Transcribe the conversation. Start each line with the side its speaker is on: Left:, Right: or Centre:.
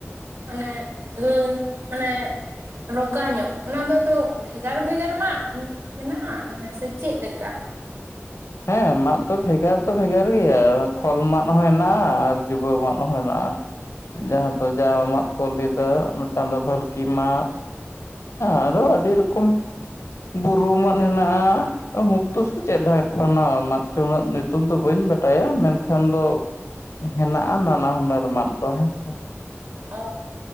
Right: ᱢᱟᱱᱮ <unintelligible> ᱢᱟᱱᱮ ᱨᱚᱜᱟ ᱧᱚᱜ, ᱚᱱᱟ ᱫᱚ ᱟᱫᱚ ᱵᱷᱮᱜᱟᱨ ᱵᱷᱮᱜᱟᱨ ᱢᱟᱜᱽ ᱢᱮᱱᱟᱜᱼᱟ, ᱢᱟᱱᱮ ᱥᱮ ᱪᱮᱫ ᱞᱮᱠᱟ? ᱠᱟ
Left: ᱦᱮᱸ ᱢᱟᱫ ᱫᱚ ᱵᱷᱮᱜᱟᱨ ᱫᱚ ᱵᱷᱮᱜᱟᱨ ᱜᱮᱭᱟ, ᱠᱷᱚᱞ ᱢᱟᱫ ᱦᱚᱸ ᱦᱮᱱᱟᱜᱼᱟ ᱟᱨ ᱡᱩᱵᱟᱹ ᱢᱟᱫ ᱦᱚᱸ ᱦᱮᱱᱟᱜᱼᱟ᱾ ᱡᱟᱦᱟᱸ ᱫᱚ ᱡᱟᱣ ᱢᱟᱫ ᱠᱚ ᱞᱮᱫᱟ, ᱢᱤᱫᱴᱟᱝ ᱫᱚ ᱵᱷᱟᱞᱠᱤ ᱢᱟᱫ᱾ ᱟᱨᱚ ᱟᱹᱰᱤ ᱨᱚᱠᱚᱢ ᱵᱩᱨᱩᱢᱟᱫ ᱦᱮᱱᱟᱜᱼᱟ ᱢᱩᱠᱛᱚ ᱥᱮ ᱪᱮᱫ ᱰᱠ ᱠᱷ ᱢᱟᱫ ᱪᱚ ᱨᱮᱱᱟᱜ ᱧᱩᱛᱩᱢ ᱫᱚ ᱵᱟᱹᱧ ᱵᱟᱰᱟᱭᱟ ᱢᱮᱱᱠᱷᱟᱱ ᱫᱚ ᱦᱮᱱᱟᱜᱼᱟ ᱱᱟᱱᱟ ᱦᱩᱱᱟᱹᱨ ᱢᱟᱫ ᱫᱚ᱾ ᱦᱮᱸ ᱥᱮ
Right: ᱚ